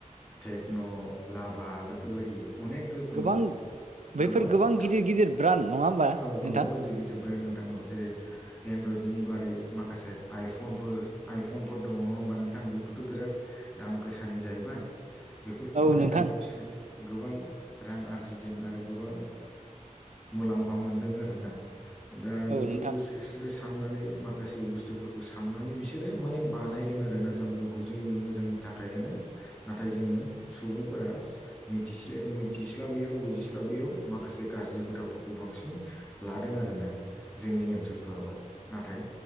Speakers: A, in the centre; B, on the right.
A: टेक्न' लाभा बेफोरबायदि अनेक रोखोमनि
B: गोबां बैफोर
A: गोबां था
B: गिदिर गिदिर ब्रान्ड नङा होमबा
A: औ
B: नोंथां
A: गोबां गिदिर गिदिर ब्रेन्ड नोथां औ जेरै एन्ड्रइडनि बारै माखासे आइफनफोर आइफनफोर दङ नङा होमबा नोंथां बेफोरथ' बिराद दाम गोसानि जाहैबाय बेफोरखौ
B: औ
A: बानायनानै
B: नोंथां
A: बिसोरो गोबां रां आरजिदों आरो गोबां मुलाम्फा मोनदों आरो ना दा
B: औ
A: बेफोरखौ
B: नोंथां
A: <inaudible> साननानै माखासे बुस्थुफोरखौ साननानै बिसोरो माने बानायदों आरोना जामबुंखौ जोंनि मोजांनि थाखायनो नाथाय जोङो सुबुंफोरा मिथिसे मिथिस्लाबैयाव बुजिस्लाबैयाव मा खासे गाज्रि हुदाफोरखौ बांसिन लादों आरोना जोंनि ओनसोलफोरावहाय नाथाय